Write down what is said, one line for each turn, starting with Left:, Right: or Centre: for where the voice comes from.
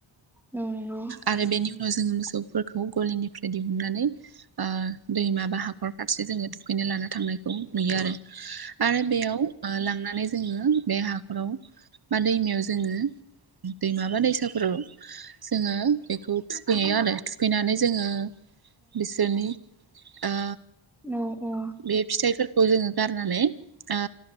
Centre: नोंगौ।
Right: आरो बेनि उनाव जोङो मोसौफोरखौ गलिनिफ्राय दिहुननानै ओ दैमा बा हाख खर फारसे जोङो दुखैनो लाना थांनायखौ नुयो आरो आरो बेयाव ओ लांनानै जोङो बे हाखराव बा दैमायाव जोङो दैमा बा दैसाफोराव जोङो बेखौ थुखैयो आरो थुखैनानै जोङो बिसोरनि ओ
Centre: औ औ
Right: बे फिथाइफोरखौ जोङो गारनानै ओ